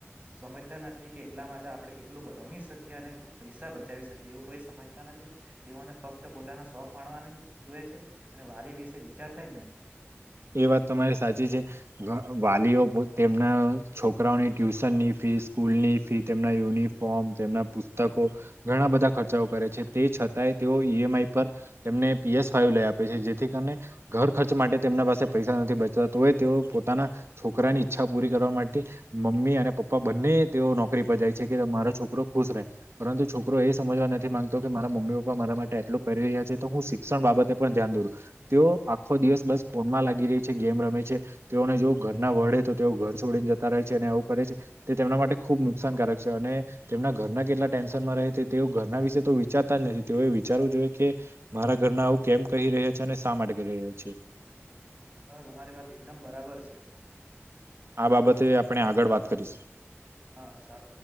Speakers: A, on the right; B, on the right.
A: સમજતા નથી કે એટલા માટે આપણે એટલું રમી શકીએ અને પૈસા બચાવી શકીએ એવું કોઈ સમજતા નથી તેઓને ફક્ત પોતાના શોપ મા જોએ છે અને વાલી વિશે વિચારતા જ નથી.
B: એ વાત તમારી સાચી છે વાલીઓ તેમના છોકરાઓની ટ્યુશનની ફી સ્કૂલની ફી તેમના યુનિફોર્મ તેમના પુસ્તકો ઘણા બધા ખર્ચા કરે છે તે તે ઈમએઆઈ પર તેમને પીએસ ફાઈવ લઈ આપે છે જેથી કરીને ઘર ખર્ચ માટે તેમના પાસે પૈસા નથી બચતા તો એ તેઓ પોતાના છોકરા ની ઈચ્છા પૂરી કરવા માટે મમ્મી અને પા પ્પા બંને તેઓ નોકરી પર જાય છે કે મારો છોકરો ખુશ રહે પરંતુ છોકરો એ સમજવા નથી માંગતો કે મારા મમ્મી પપ્પા મારા માટે આટલું કરી રહ્યા છે તો હું શિક્ષણ બાબતે પણ ધ્યાન દોરું છું તેઓ આખો દિવસ બસ ફોનમાં લાગી રહી છે ગેમ રમે છે તેઓને જો ઘરના વડે તો તેઓ ઘર છોડીને જતા રહે છે અને આવું કરે છે. તે તેમના માટે ખૂબ નુકસાનકારક છે અને તેમના ઘરના કેટલા ટેન્શનમાં રહે તેઓ ઘરના વિશે તો વિચાર તા નથી તેઓ વિચારવું જોઈએ કે મારા ઘરના આવું કેમ કહી રહ્યા છે અને શા માટે કહી રહ્યા છે.
A: હ તમારી વાત એકદમ બરાબર છે
B: આ બાબતે આપણે આગળ વાત કરીશુ.
A: હા સા